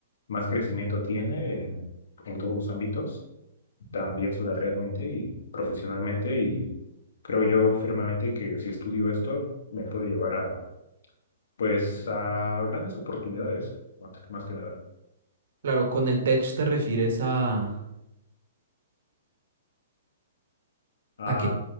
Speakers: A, on the left (about 75°); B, on the right (about 70°).
A: más crecimiento tiene eh, en todos los ámbitos también salarialmente y profesionalmente y creo yo firmemente que si estudio esto me puede llevar a pues a grandes oportunidades, más, más que nada.
B: Claro, con el tech te refieres a...
A: A,
B: ¿A qué?